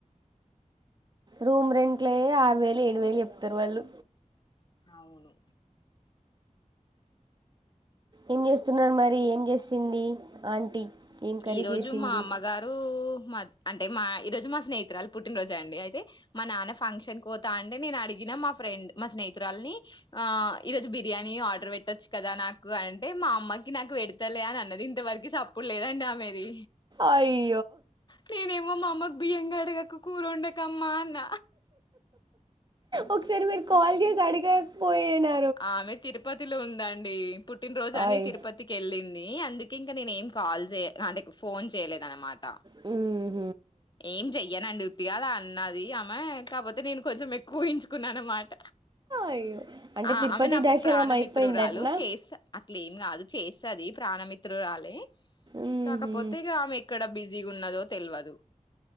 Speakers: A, on the right; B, on the left.
A: రూమ్ రెంట్లు ఆరు వేలు ఏడు వేలు చెప్తారు వాళ్ళు
B: అవును
A: ఏం చేస్తున్నారు మరి ఏం చేసింది ఆంటీ ఏం కర్రీ
B: ఈరోజు
A: చేసింది
B: మా అమ్మగారు మా అంటే మా ఈ రోజు మా స్నేహితురాలు పుట్టినరోజు అండి అయితే మా నాన్న ఫంక్షన్ కో పోతా అంటే నేను అడిగిన మా ఫ్రెండ్ మా స్నేహితురాలని ఆ ఈరోజు బిర్యానీ ఆర్డర్ పెట్టొచ్చు కదా నాకు అంటే మా అమ్మయి నాకు పెడతలే అని అన్నది ఇంతవరకు సప్పుడు లేదండి ఆమెది
A: ఆయి
B: నేనేమో మా అమ్మకు బియ్యం అడగకు కురోండకమ్మా అన్న
A: ఒకసారి మీరు కాల్ జేసి అడగకపోయేనా
B: ఆమె తిరుపతిలో ఉందండి పుట్టినరోజు అని
A: ఆయ్
B: తిరుపతికి ఏళ్ళింది. అందుకే ఇంకా నేనేమ్ కా కాల్ జేయ్ నాడేక్ ఫోన్ చేయలేదనమాట
A: హుహ్
B: ఏం జేయనండి ఉతిగాలా అన్ నాది అమె కాకపోతే నేను కొంచెం ఎక్కువ ఊహిచ్చుకున్నా అన్నమాట
A: అయ్యో అంటే
B: ఆ
A: తిరుపతి
B: ఆమే నా
A: దర్శనం
B: ప్రాణమిత్రురాలు
A: అయిపోయిందటనా
B: చేసా అట్లేమ్ ఇంగాదు చేస్తది ప్రాణమిత్రురాలే
A: ఊహు
B: కాకపోతే ఇగా ఆమె ఎక్కడ బిజీగు ఉన్నదో తెల్వదు